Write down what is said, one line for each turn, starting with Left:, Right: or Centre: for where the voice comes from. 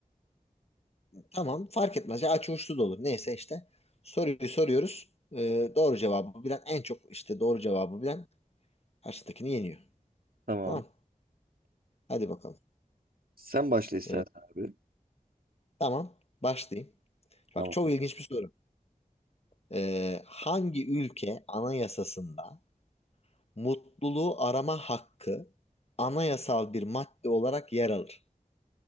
Left: Tamam fark etmez. Ya açı uçlu da olur. Neyse işte. Soruyu soruyoruz. Ee, doğru cevabı bilen en çok işte doğru cevabı bilen karşıdakini yeniyor.
Right: Tamam.
Left: Tamam. Hadi bakalım.
Right: Sen başla istersen
Left: Ee,
Right: abi.
Left: Tamam, başlayayım. Bak
Right: Tamam.
Left: çok ilginç bir soru. Ee, hangi ülke anayasasında mutluluğu arama hakkı anayasal bir madde olarak yer alır?